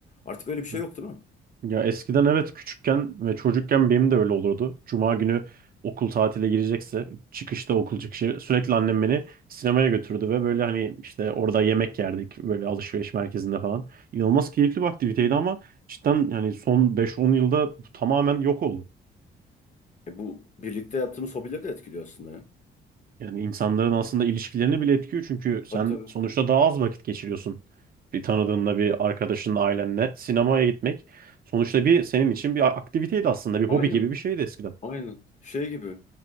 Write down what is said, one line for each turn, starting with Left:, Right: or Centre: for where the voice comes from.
Left: Artık öyle bir şey
Right: hı.
Left: yok değil mi?
Right: Ya eskiden evet küçükken ve çocukken benim de öyle olurdu. Cuma günü okul tatile girecekse çıkışta okul çıkışı sürekli annem beni sinemaya götürdü ve böyle hani işte orada yemek yerdik böyle alışveriş merkezinde falan. İnanılmaz keyifli bir aktiviteydi ama cidden yani son beş-on yılda bu tamamen yok oldu.
Left: E bu birlikte yaptığımız hobileri de etkiliyor aslında ya.
Right: Yani insanların aslında ilişkilerini bile etkiyor çünkü sen
Left: Tabii tabii.
Right: sonuçta daha az vakit geçiriyorsun. Bir tanıdığınla, bir arkadaşınla, ailenle sinemaya gitmek sonuçta bir senin için bir aktiviteydi aslında, bir
Left: Aynen.
Right: hobi gibi bir şeydi eskiden.
Left: Aynen. Şey gibi.